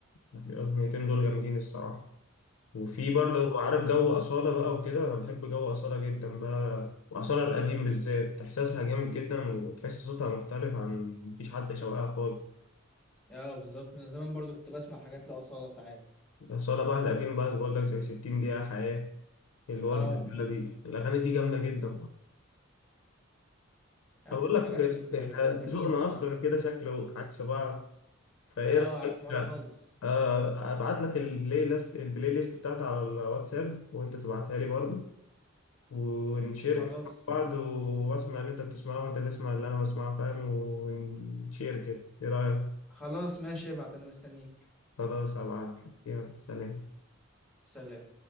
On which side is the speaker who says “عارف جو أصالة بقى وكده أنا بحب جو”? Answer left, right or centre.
Left